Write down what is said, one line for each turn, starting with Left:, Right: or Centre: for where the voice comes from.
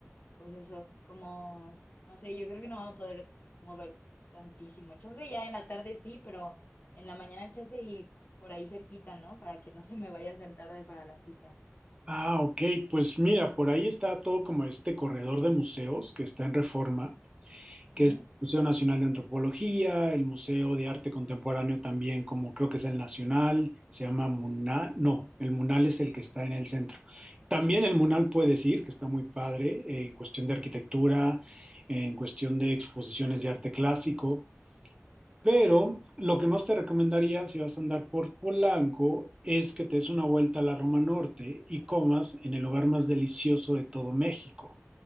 Left: pues eso, como, no sé, yo creo que no vamos a poder mover tantísimo. Chance ya en la tarde sí, pero en la mañana chance y por ahí cerquita, ¿no? Para que no se me vaya a hacer tarde para la cita.
Right: Ah, ok, pues mira, por ahí está todo como este corredor de museos que está en Reforma. que
Left: Ujú.
Right: es el Museo Nacional de Antropología, el Museo de Arte Contemporáneo también, como creo que es el Nacional, se llama MUNAL, no, el MUNAL es el que está en el centro. También el MUNAL puede decir que está muy padre eh, en cuestión de arquitectura, en cuestión de exposiciones de arte clásico, pero lo que más te recomendaría si vas a andar por Polanco es que te des una vuelta a la Roma Norte y comas en el lugar más delicioso de todo México,